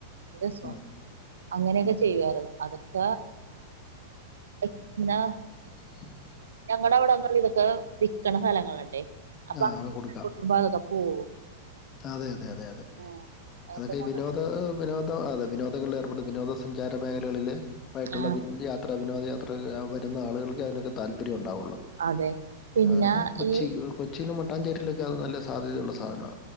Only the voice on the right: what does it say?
<unintelligible>
അങ്ങനെയൊക്കെ
ചെയ്യുവാരുന്നു അതൊക്ക <unintelligible>
ഞങ്ങടെ അവിടങ്ങളിൽ ഇതൊക്കെ വിക്കണ സ്ഥലങ്ങളുണ്ടേ <unintelligible>
അതൊക്ക പോവും
ആ,
കൊണ്ട
കൊടുക്കും
ആ
അതെ പിന്നെ
ഈ